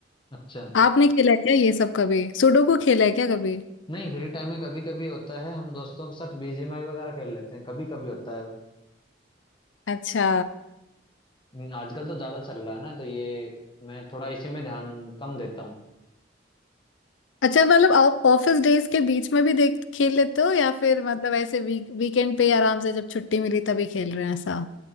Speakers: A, on the left; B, on the left.
A: अच्छा
B: आपने खेला है क्या ये सब कभी सुडोकू खेला है क्या कभी
A: नहीं फ्री टाइम में कभी कभी होता है हम दोस्तों के साथ बीजीएमआई वगैरह खेल लेते हैं कभी कभी होता है
B: अच्छा
A: हम्म, आजकल तो ज्यादा चल रहा है ना तो ये मैं थोड़ा इसी में ध्यान कम देता हूँ
B: अच्छा मतलब आप ऑफिस डेज के बीच में भी देख खेल लेते हो या फिर मतलब ऐसे वीक वीकेंड पे आराम से जब छुट्टी मिली तभी खेल रहे हैं ऐसा